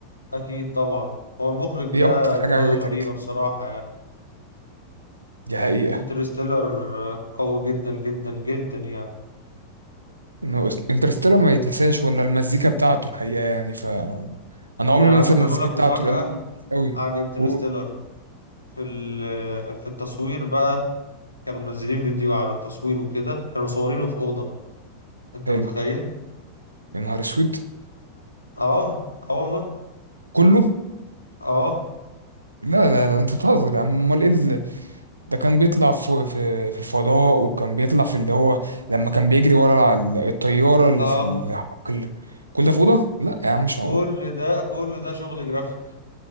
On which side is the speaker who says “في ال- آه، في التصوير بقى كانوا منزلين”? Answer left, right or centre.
Left